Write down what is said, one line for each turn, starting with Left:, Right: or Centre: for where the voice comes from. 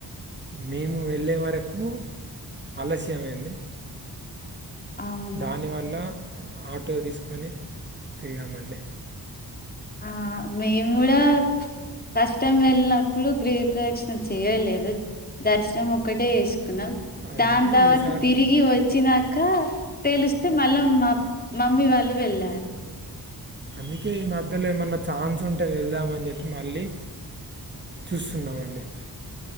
Right: మేము వెళ్ళే వరకు ఆలస్యమైంది
Left: అవునా!
Right: దానివల్ల ఆటో తీసుకొని తిరిగామండి
Left: ఆహ మేము కూడా ఫస్ట్ టైం వెళ్ళినప్పుడు గిరి ప్రదక్షణ చేయలేదు దర్శనం ఒక్కటే ఎస్ కున్నం
Right: అందుకే
Left: దాని తర్వాత
Right: ఈసారి
Left: తిరిగి వచ్చినాక తెలిస్తే మళ్ళ మ మమ్మీ వాళ్ వెళ్ళారు
Right: అందుకే ఈ మధ్యలో ఏమన్న ఛాన్స్ ఉంటే వెళ్దామని చెప్పి మళ్ళీ. చూస్తున్నామండి.